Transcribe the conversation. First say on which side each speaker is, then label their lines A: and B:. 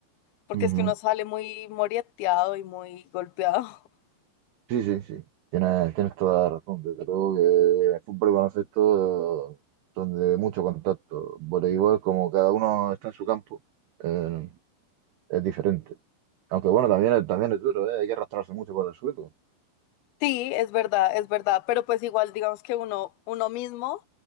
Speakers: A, on the left; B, on the right.
A: porque
B: ujú.
A: es que uno sale muy moreteado y muy golpeado. <laughs>
B: Sí, sí, sí. Tienes, tienes toda la razón. Desde luego que el fútbol y baloncesto eh, son de mucho contacto. Voleibol, como cada uno está en su campo, eh, es diferente. Aunque bueno, también, es- también es duro, ¿eh? Hay que arrastrarse mucho por el suelo.
A: Sí, es verdad, es verdad, pero pues igual digamos que uno, uno mismo